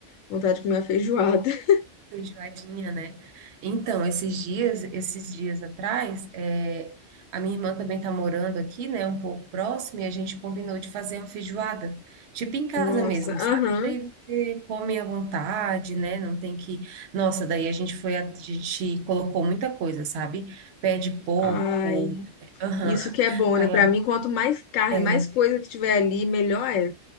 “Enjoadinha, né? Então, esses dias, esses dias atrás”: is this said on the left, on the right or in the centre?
Right